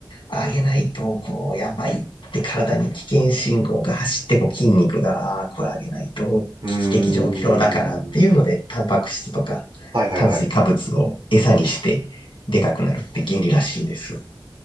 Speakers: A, on the left; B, on the right.
A: う、上げないと、こう、やばいって体に危険信号が走って、こう筋肉が、ああ、これ上げないと危機的状況だからっていうので、
B: うーん。
A: タンパク質とか炭水化物を餌にしてでかくなるって原理らしいです。
B: はいはいはい。